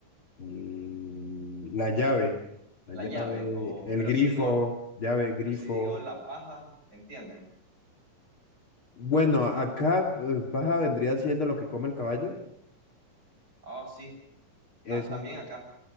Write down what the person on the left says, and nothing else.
Mm, la llave, la
llave,
el
grifo,
llave, grifo.
Bueno, acá eh, paja vendría siendo lo que come el caballo,
eso.